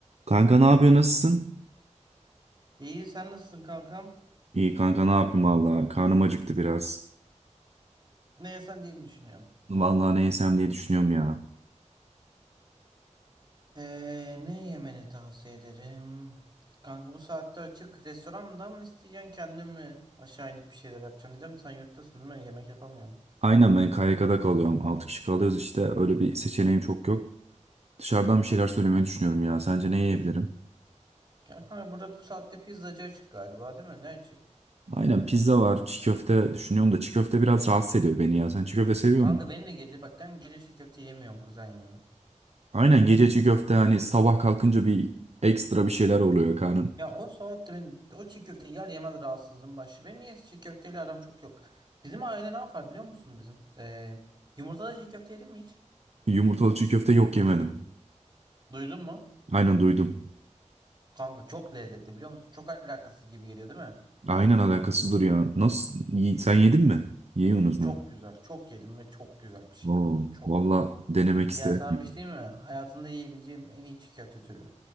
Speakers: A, on the right (about 55°); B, on the right (about 35°).
A: Kanka ne yapıyor nasılsın?
B: İyi sen nasılsın kankam?
A: İyi kanka ne yapayım valla karnım acıktı biraz.
B: Ne yesen diye mi düşünüyorum?
A: Valla ne yesem diye düşünüyorum ya.
B: Ee, ne yemeni tavsiye ederim? Kanka bu saatte açık restorandan mı isteyeceksin kendin mi aşağı inip bir şeyler yapacaksın diyeceğim. Sen yurttasın değil mi? Yemek yapamıyorum.
A: Aynen ben KYK'da kalıyorum 6 kişi kalıyoruz işte öyle bir seçeneğim çok yok. Dışarıdan bir şeyler söylemeyi düşünüyorum ya sence ne yiyebilirim?
B: Ya kanka burada bu saatte pizzacı açık galiba değil mi? Ne açık?
A: Aynen pizza var çiğ köfte düşünüyorum da çiğ köfte biraz rahatsız ediyor beni ya sen çiğ köfte seviyor
B: Kanka
A: musun?
B: benim de gece bak ben gece çiğ köfte yemiyorum kuzen ya.
A: Aynen gece çiğ köfte hani sabah kalkınca bir ekstra bir şeyler oluyor karnın.
B: Ya o saatte ben o çiğ köfteyi yer yemez rahatsızlığım başlıyor. Benim niye çiğ köfteyle aram çok yok. Bizim aile ne yapar biliyor musun bizim? Ee, yumurtalı çiğ köfte yedin mi hiç?
A: Yumurtalı çiğ köfte yok yemedim.
B: Duydun mu?
A: Aynen duydum.
B: Kanka çok lezzetli biliyor musun? Çok alakasız gibi geliyor değil mi?
A: Aynen alakasızdır ya. Nasıl? Sen yedin mi? Yiyorsunuz
B: Çok
A: mu?
B: güzel. Çok yedim ve çok güzel bir şey
A: Oo,
B: kanka. Çok.
A: valla denemek
B: Yani
A: isterim.
B: sana bir şey diyeyim mi? Hayatında yiyebileceğim en iyi çiğ köfte türü.